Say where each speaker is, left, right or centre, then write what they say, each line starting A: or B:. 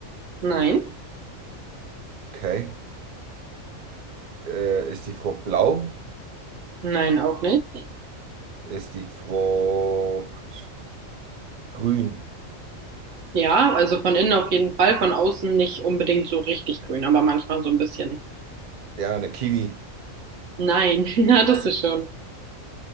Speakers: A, on the right; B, on the right.
A: Nein.
B: Okay. Äh, ist die Frucht blau?
A: Nein, auch nicht.
B: Ist die Frucht grün?
A: Ja, also von innen auf jeden Fall, von außen nicht unbedingt so richtig grün, aber manchmal so ein bisschen.
B: Ja, eine Kiwi.
A: Nein, <laughs> na, das ist schon.